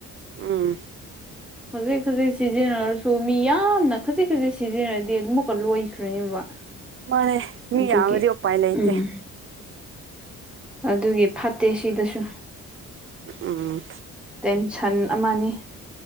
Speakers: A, on the right; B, in the centre.
A: ꯎꯝ
B: ꯈꯖꯤꯛ ꯈꯖꯤꯛ ꯁꯤꯖꯤꯟꯅꯔꯁꯨ ꯃꯤ ꯌꯥꯝꯅ ꯈꯖꯤꯛ ꯈꯖꯤꯛ ꯁꯤꯖꯤꯟꯅꯔꯗꯤ ꯑꯗꯨꯃꯨꯛꯀ ꯂꯣꯏꯈ꯭ꯔꯅꯦꯕ
A: ꯃꯥꯅꯦ ꯃꯤ
B: ꯑꯗꯨꯒꯤ
A: ꯌꯥꯝꯃꯗꯤ ꯎꯄꯥꯏ ꯂꯩꯇꯦ
B: ꯎꯝ ꯑꯗꯨꯒꯤ ꯐꯠꯇꯦ ꯁꯤꯗꯁꯨ
A: ꯎꯝ
B: ꯇꯦꯟꯁꯟ ꯑꯃꯅꯤ